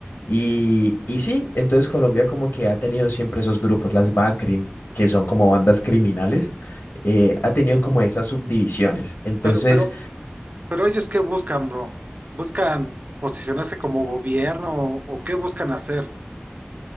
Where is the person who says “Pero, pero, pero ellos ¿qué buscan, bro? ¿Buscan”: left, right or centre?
Right